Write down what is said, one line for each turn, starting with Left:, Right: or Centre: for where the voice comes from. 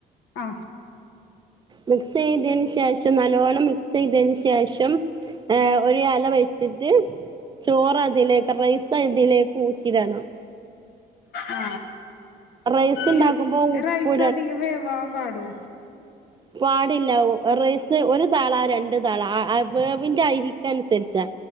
Left: ആ
Right: മിക്സ് ചെയ്തെന് ശേഷം നല്ലവോണ്ണം മിക്സ് ചെയ്തെന് ശേഷം ഏ ഒരു എല വെച്ചിട്ട് ചോറ് അതിലേക്ക് റൈസ് അതിലേക്ക് ഊറ്റിടണം
Left: ആ
Right: റൈസ് ഉണ്ടാക്കുമ്പോ
Left: ഈ
Right: ഉപ്പ്
Left: റൈസ് അധികം വേവാൻ പാട് ട്ടോ
Right: പാടില്ല റേസ് ഒരു താളാ രണ്ടു താളാ വേവിൻ്റെ അരിക്ക അനുസരിച്ചാ